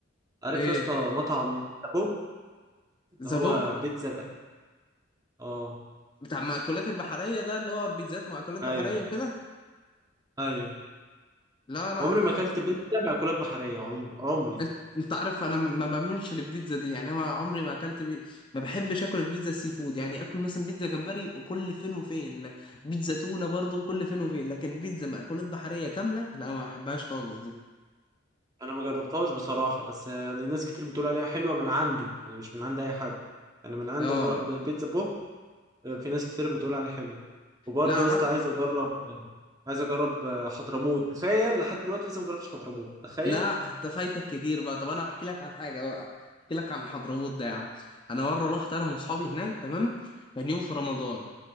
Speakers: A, on the right; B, on the left.
A: عارف
B: ايه
A: يا اسطى مطعم بيتزا بوب اللي
B: زبوب
A: هو بيتزا الاهلي اه
B: بتاع مأكولات البحريه ده اللي هو بيتزات مأكولات بحريه
A: ايوه
B: وكده
A: ايوه
B: لا انا
A: عمري ما اكلت بيتزا مأكولات بحريه عمر عمري
B: انت أنت عارف انا ما بعملش للبيتزا دي يعني انا عمري ما اكلت بي... ما بحبش اكل البيتزا السي فود يعني اكل مثلا بيتزا جمبري وكل فين وفين لا، بيتزا تونه برضه كل فين وفين لكن بيتزا مأكولات بحريه كامله لا ما بحبهاش خالص دي
A: انا ما جربتهاش بصراحه بس يعني ناس كتير بتقول عليها حلوه من عنده يعني مش من عند اي حد يعني من عند
B: اه
A: الر... بيتزا بوب آه، في ناس كتير بتقول عليه حلو وبرضه
B: لا انا
A: يا اسطى
B: أكت-
A: عايز اجرب عايز اجرب آه، حضرموت تخيل لحد دلوقتي لسه ما جربتش حضرموت تخيل
B: لا انت فايتك كتير بقى طب انا هحكي لك عن حاجه بقى احكي لك عن حضرموت ده يا عم انا مره رحت انا واصحابي هناك تمام كان يوم في رمضان